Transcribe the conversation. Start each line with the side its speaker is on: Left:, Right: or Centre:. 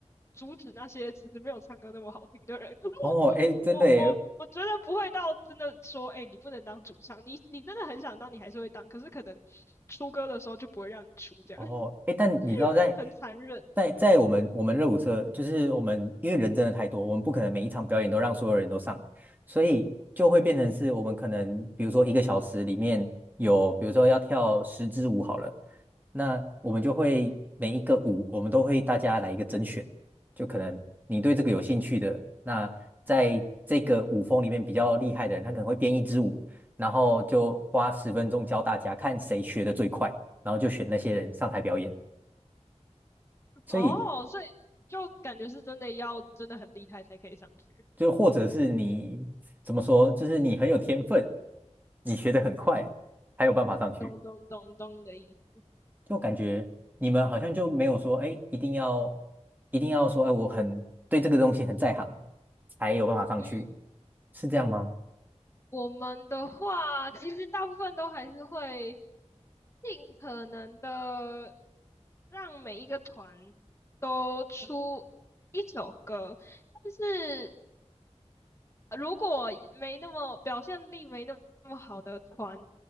Left: 阻止那些其实没有唱歌那么好听的人。<laughs> 可是我我我我我觉得不会到真的说，
Right: 哦，哎，真的耶，
Left: 哎、你不能当主唱，你你真的很想当，你还是会当，可是可能出歌的时候就不会让你出，这样
Right: 哦，哎，但你知道在，
Left: <laughs> 很残忍
Right: 在在我们我们热舞社，就是我们因为人真的太多，我们不可能每一场表演都让所有人都上，所以就会变成是我们可能比如说一个小时里面有，比如说要跳十支舞好了，那我们就会每一个舞我们都会大家来一个甄选，就可能你对这个有兴趣的，那在这个舞风里面比较厉害的人，他可能会编一支舞，然后就花十分钟教大家看谁学的最快。然后就选那些人上台表演。所以
Left: 哦。所以就感觉是真的要真的很厉害才可以上去，
Right: 就或者是你怎么说，就是你很有天分，你学得很快，才有办法上去。
Left: 咚咚咚咚的意思。
Right: 就感觉你们好像就没有说，哎，一定要一定要说，哎，我很对这个东西很在行，才有办法上去，
Left: 嗯，
Right: 是这样吗？
Left: 我们的话其实大部分都还是会尽可能的让每一个团都出一首歌，但是如果没那么表现力没那么好的团，